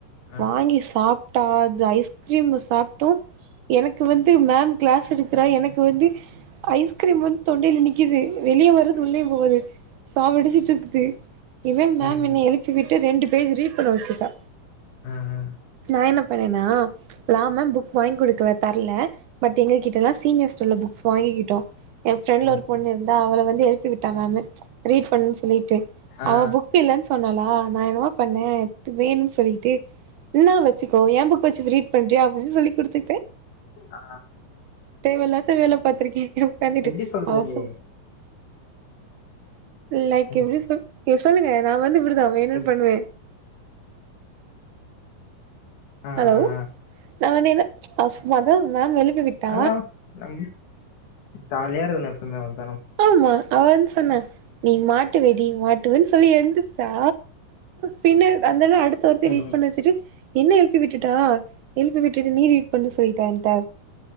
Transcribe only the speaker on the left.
ஆ
ம்.
ம்.
ம்.
ம் ம்
ம்.
ம்.
ஆ.
அ
எப்டி சொல்றது?
ம்.
இப்
அ
அ அ
அதெல்லாம் நம் ஜாலியா இருக்கனு எப்பமே வந்
ம்.
ம்.